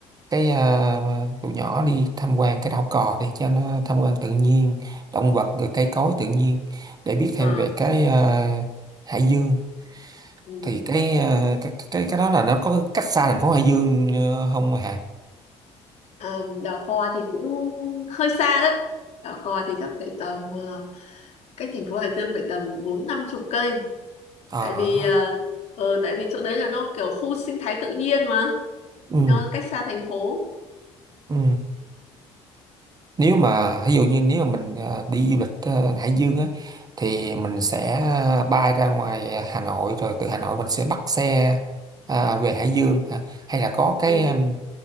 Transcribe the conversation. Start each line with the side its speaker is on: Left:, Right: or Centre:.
Right: cái ờ, tụi nhỏ đi tham quan cái đảo cò để cho nó tham quan tự nhiên động vật rồi cây cối tự nhiên để biết thêm
Left: Ờ,
Right: về cái ờ, hải dương
Left: ừ.
Right: thì cái, ờ, cái cái cái đó là nó có cách xa thành phố Hải Dương ờ, không Hà?
Left: Ờ, đảo Cò thì cũng hơi xa đấy đảo Cò thì chắc phải tầm ờ, cách thành phố Hải Dương phải tầm bốn năm chục cây
Right: Ờ
Left: tại vì ờ, ờ, tại vì chỗ đấy là nó kiểu khu sinh thái tự nhiên mà
Right: ừ
Left: nó cách xa thành phố
Right: ừ nếu mà ví dụ như nếu mà mình ờ, đi du lịch ờ, Hải Dương á thì mình sẽ à, bay ra ngoài Hà Nội rồi từ Hà Nội mình sẽ bắt xe à, về Hải Dương hả? hay là có cái
Left: ừ.
Right: ừm,